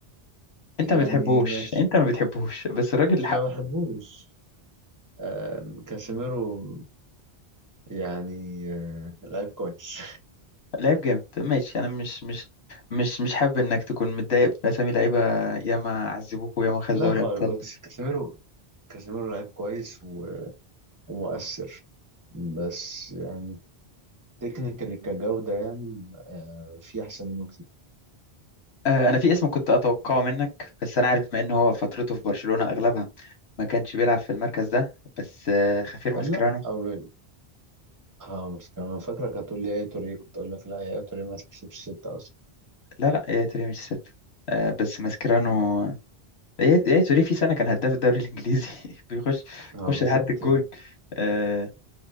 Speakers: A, on the left; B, on the right.
A: انت
B: يعني
A: ما بتحبوش
B: ماشي
A: انت ما بتحبوش بس الراجل
B: بس
A: حق
B: ما بحبوش آم، كاسيميرو يعني آه، لعيب كويس <laughs>
A: لعيب جامد ماشي انا مش مش مش مش حابب انك تكون متضايق باسامي لعيبه ياما عذبوك وياما خدوا
B: لا
A: دوري
B: خالص
A: ابطال
B: بس كاسيميرو كاسيميرو لعيب كويس و- ومؤثر بس يعني تكنيكالي كجودة يعني آه، في أحسن منه كتير
A: آه، انا في اسم كنت اتوقعه منك بس انا عارف بما انه هو فترته في برشلونة اغلبها ما كانش بيلعب في المركز ده بس آه، خافير
B: لا
A: ماسكيرانو
B: أو اه بس كمان فاكرة كانت تقول لي يا توريه كنت أقول لك لا يا توريه ما تحسبش ستة أصلا
A: لا لا يا توري مش سبت آه، بس ماسكيرانو يا يا توري في سنة كان هداف الدوري الانجليزي <laughs> بيخش
B: اه
A: بيخش
B: بالظبط
A: لحد الجون
B: يعني
A: آه،